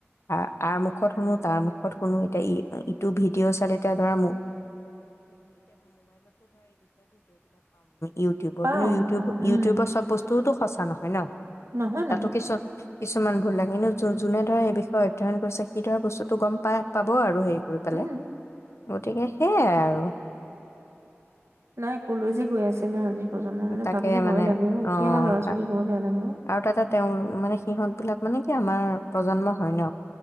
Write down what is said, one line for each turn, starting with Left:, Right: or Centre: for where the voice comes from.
Left: আ-আৰ মুখত শুনো তাৰ মুখত শুনো এতিয়া ই-ইটো ভিডিঅ' চালে এতিয়া ধৰা মো -- ইউটিউব
Right: পাওঁ
Left: কিন্তু ইউিউব-ইউটিউব
Right: পাওঁ উম
Left: চব বস্তু তোৰতো সঁচা নহয় ন।
Right: নহয়
Left: তাতো
Right: নহয়
Left: কিছু কিছুমান ভুল লাগে কিন্তু যো-যোনে ধৰা এই বিষয়ে অধ্যয়ন কৰিছে সি ধৰা বস্তুটো গম পাই পাব আৰু হেই গৈ পেলে।
Right: উম
Left: গতিকে সেইয়াই আৰু।
Right: নাই কলৈ যে গৈ আছে নো আজি। প্ৰজন্ম মানে
Left: তাকে
Right: ভাবিলে
Left: মানে
Right: ভয় লাগে উঠি
Left: অ
Right: অহা লৰা ছোৱালী
Left: আ-
Right: বৰ বেয়া লাগে। অ
Left: আৰু তাতে তেওঁলোক মানে সিহঁত। বিলাক মানে কি আমাৰ প্ৰজন্ম হয় ন'।